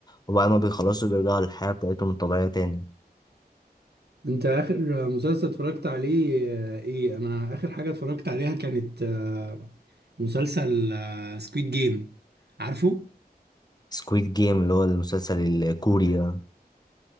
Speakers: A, on the left; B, on the right.
A: وبعد ما بيخلصوا بيرجعوا للحياة بتاعتهم الطبيعية تاني
B: انت اخر مسلسل اتفرجت عليه آه، ايه انا اخر حاجة اتفرجت عليها كانت آه، مسلسل سكويد جيم عارفه
A: سكويد جيم اللي هو المسلسل الكوري ده